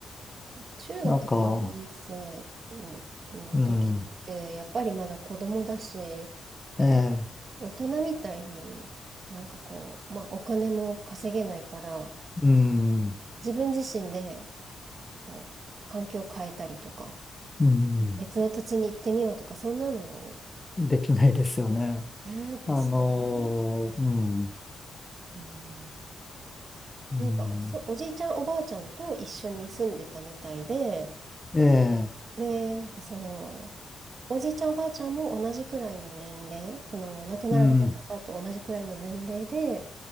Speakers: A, on the right; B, on the left.
A: 中学3年生うん生の時って、
B: なんか、うん、
A: やっぱりまだ子供だし、
B: ええ、
A: 大人みたいになんかこう、まあお金も稼げないから、
B: うん、
A: 自分自身でこう環境を変えたりとか、
B: うん、
A: 別の土地に行ってみようとか、そんなの、
B: できないですよね。
A: ね、ですよね。
B: あのー、うん、
A: うん
B: うん、
A: なんか、そ、おじいちゃん、おばあちゃんと一緒に住んでたみたいで、
B: ええ、
A: で、なんかその、おじいちゃん、おばあちゃんも同じくらいの年齢、その、亡くなられた方と同じくらいの年齢で、
B: うん、